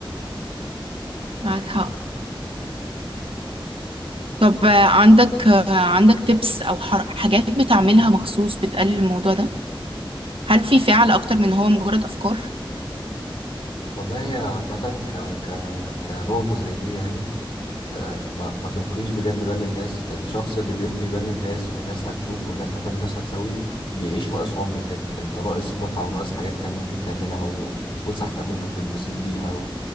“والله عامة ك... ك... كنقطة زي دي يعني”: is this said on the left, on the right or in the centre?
Left